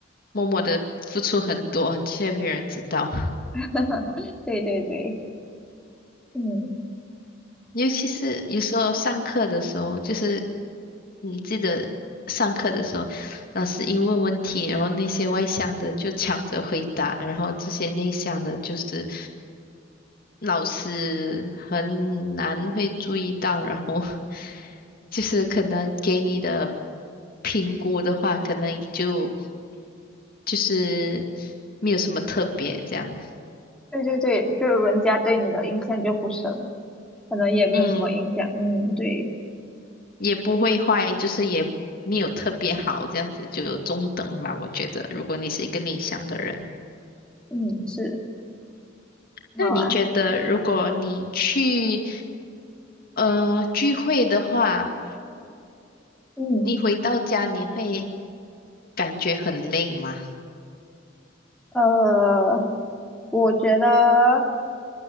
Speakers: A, on the left (about 50°); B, in the centre.
A: 默默的付出很多，却没有人知道。
B: <laughs> 对对对，嗯，
A: 尤其是有时候上课的时候，就是你记得上课的时候，老师一问问题，然后那些外向的就抢着回答，然后这些内向的，就是老师很难会注意到，然后 <laughs> 就是可能给你的评估的话，可能就就是没有什么特别这样。
B: 对对对，就人家对你的印象就不深。可能也没有什么影响，
A: 嗯，
B: 嗯，对，
A: 也不会坏，就是也没有特别好，这样子就中等吧。我觉得，如果你是一个内向的人，
B: 嗯，是，好啊，
A: 那你觉得如果你去呃聚会的话，
B: 嗯，
A: 你回到家你会感觉很累吗？
B: 呃，我觉得，